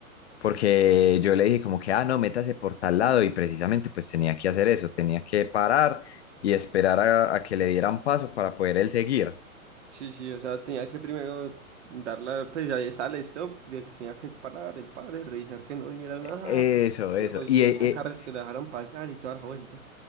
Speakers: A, on the left; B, on the right.
A: porque yo le dije como que, ah, no, métase por tal lado y precisamente pues tenía que hacer eso, tenía que parar y esperar a, a que le dieran paso para poder él seguir.
B: sí, sí, o sea, tenía que primero darla pues ya está el stop, de que tenía que parar el padre, revisar que no viniera nada,
A: Eso,
B: y
A: eso,
B: luego si
A: y
B: venían
A: eh, eh,
B: carros que lo dejaron pasar y toda la vuelta.